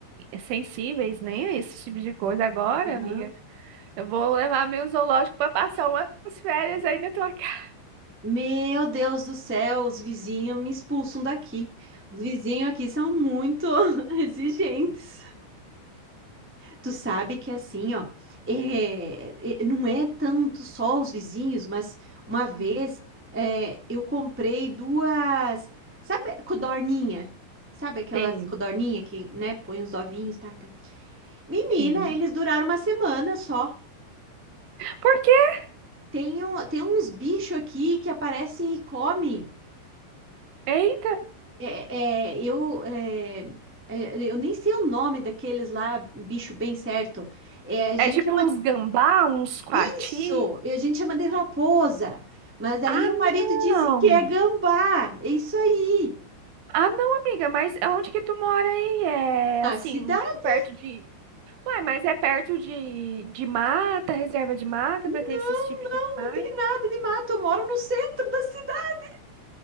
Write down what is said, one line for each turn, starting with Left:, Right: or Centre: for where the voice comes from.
Right: sensíveis, né? a Esse tipo de coisa. Agora,
Centre: Aham.
Right: amiga, eu vou levar meu zoológico pra passar umas férias aí na tua casa.
Centre: Meu Deus do céu, os vizinhos me expulsam daqui. Os vizinhos aqui são muito <laughs> exigentes. Tu sabe que assim, ó, é- é- não é tanto só os vizinhos, mas uma vez
Right: Uhum.
Centre: é, eu comprei duas, sabe, codorninha? Sabe aquelas
Right: Sim,
Centre: codorninha que, né, põe os ovinhos, tá? tá, Menina,
Right: sim.
Centre: eles duraram uma semana só.
Right: Por quê?
Centre: Tem, um, tem uns bichos aqui que aparecem e comem.
Right: Eita!
Centre: É, é, eu, é, é, eu nem sei o nome daqueles lá, bicho bem certo. É, a
Right: É
Centre: gente
Right: tipo
Centre: chama
Right: uns gambá, uns coati?
Centre: isso, a gente chama de raposa. Mas aí
Right: Ah,
Centre: o marido disse
Right: não!
Centre: que é gambá. É isso aí.
Right: Ah, não, amiga, mas onde que tu mora aí? É
Centre: Na
Right: assim,
Centre: cidade?
Right: muito perto de. Ué, mas é perto de, de mata, reserva de mata,
Centre: Não,
Right: pra ter esses tipos de
Centre: não,
Right: animais?
Centre: não tem nada de mato. Eu moro no centro da cidade.